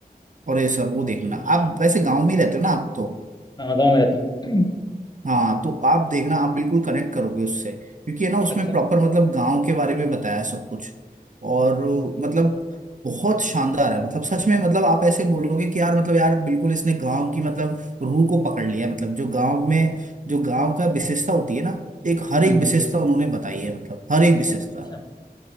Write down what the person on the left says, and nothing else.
हाँ गाँव में रहता हूँ <clears throat>
अच्छा
हम्म
हम्म,
अच्छा